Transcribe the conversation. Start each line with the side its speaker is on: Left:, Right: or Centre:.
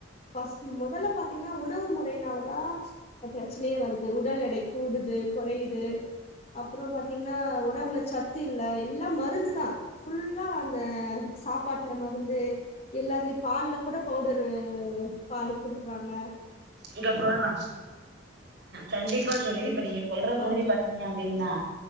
Left: ஃபஸ் மொதல்ல பாத்திங்ன்னா உணவு முறைனாலதா ப்ரச்னயே வருது உடல் எடை கூடுது கொறையுது அப்றோ பாத்திங்ன்னா ஒடம்புல சத்து இல்ல எல்லா மருந்து தா ஃபுல்லா அந்த சாப்பாட்ல மருந்தே எல்லாத்லயு பால்ல கூட பவுடரு பால் குடிக்றாங்க
Right: இங்கப் போலா கண்டிப்பா தோழி
Left: ம்
Right: இப்ப நீங்க சொல்ற மாதிரி
Left: ஆமா
Right: பாத் ங்க அப்டின்னா